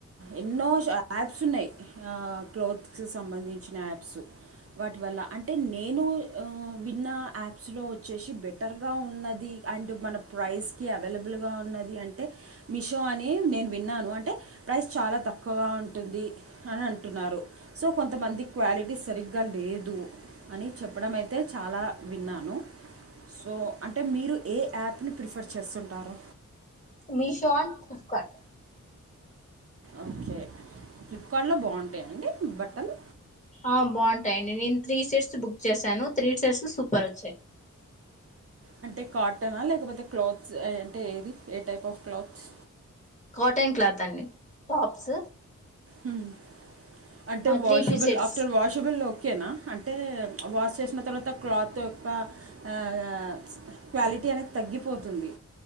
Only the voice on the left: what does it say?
మీషో అండ్ ఫ్లిప్కార్ట్
ఆ బావుంటాయి అండి నేను త్రీ సేట్స్ బుక్ చేసాను, త్రీ సేట్స్ సూప్పర్ ఒచ్చాయి.
Cotton cloth అన్ని టాప్స్
three
piece sets